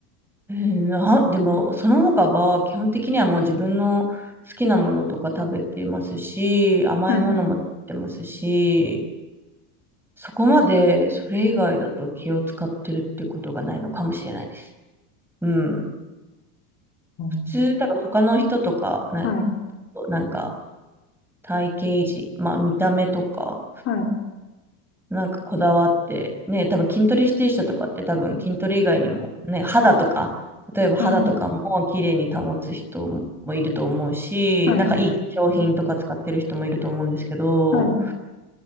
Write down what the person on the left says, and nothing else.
はい、
うん。
はい、
はい、
はい、はい、
はい。